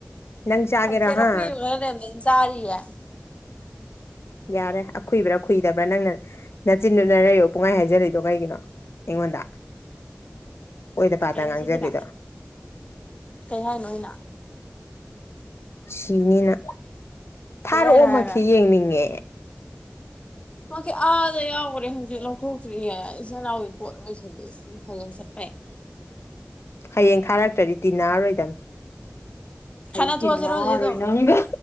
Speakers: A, on the left (about 80°); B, on the left (about 30°).
A: ꯅꯪ ꯆꯥꯒꯦꯔꯥ
B: ꯊꯝꯖꯦꯠ
A: ꯍꯥ
B: ꯑꯀꯨꯏ ꯈꯔ ꯂꯩꯝꯗꯅ ꯆꯥꯔꯤꯌꯦ
A: ꯌꯥꯔꯦ ꯑꯈꯨꯏꯕ꯭ꯔꯥ ꯀꯨꯏꯗꯕ꯭ꯔꯥ ꯅꯪꯅ ꯅꯆꯤꯟꯗꯨꯅ ꯅꯌꯩꯔꯣ ꯄꯨꯡꯍꯥꯏ ꯍꯥꯏꯖꯤꯜꯂꯤꯗꯣ ꯀꯩꯒꯤꯅꯣ ꯑꯩꯉꯣꯟꯗ ꯑꯣꯏꯗ ꯄꯥꯗ
B: ꯀꯩ ꯍꯥꯏꯖꯤꯜꯂꯤꯕ
A: ꯉꯥꯡꯖꯜꯂꯤꯗꯣ
B: ꯀꯩ ꯍꯥꯏꯅꯣ ꯑꯩꯅ
A: ꯁꯤꯅꯤꯅ ꯊꯥꯔꯛꯑꯣꯃꯛꯈꯤ
B: ꯀꯩ ꯍꯥꯏꯅꯣ ꯍꯥꯏꯔꯒ
A: ꯌꯦꯡꯅꯤꯡꯉꯦ
B: ꯃꯛꯀꯤ ꯑꯥꯗ ꯌꯥꯎꯒ꯭ꯔꯦ ꯍꯧꯖꯤꯛ ꯂꯧꯊꯣꯛꯇ꯭ꯔꯤꯌꯦ ꯏꯆꯦꯅꯥꯎꯒꯤ ꯄꯣꯠ ꯂꯣꯏꯁꯤꯜꯌꯦ ꯍꯌꯦꯡ ꯆꯠꯄꯩ <unintelligible>
A: ꯍꯌꯦꯡ ꯊꯥꯔꯛꯇ꯭ꯔꯗꯤ ꯇꯤꯟꯅꯔꯣꯏꯗꯝ
B: ꯈꯠꯅ
A: ꯑꯩ ꯇꯤꯅꯔꯣꯏ
B: ꯊꯣꯛꯑꯁꯤꯔꯣ ꯍꯧꯖꯤꯛ ꯑꯗꯨꯝ
A: ꯅꯪꯒ